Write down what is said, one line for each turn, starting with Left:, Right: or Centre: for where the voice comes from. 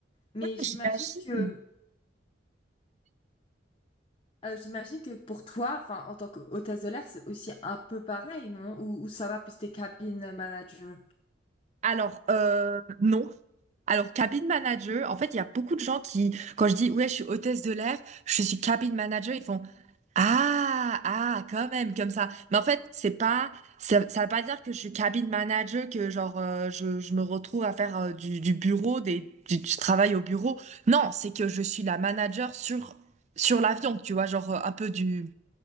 Left: Mais
Right: Ouais,
Left: j'imagine
Right: j'imagine.
Left: que euh, j'imagine que pour toi, enfin en tant qu'hôtesse de l'air, c'est aussi un peu pareil, non? Ou, ou ça va plus tes cabines manager?
Right: Alors, euh, non. Alors, cabin manager, en fait, il y a beaucoup de gens qui, quand je dis, ouais, je suis hôtesse de l'air, je suis cabin manager, ils font, ah, ah, quand même, comme ça. Mais en fait, c'est pas, ça, ça veut pas dire que je suis cabin manager, que genre, euh, je, je me retrouve à faire euh, du, du bureau, des, du, du travail au bureau. Non, c'est que je suis la manager sur, sur l'avion, tu vois, genre, euh, un peu du,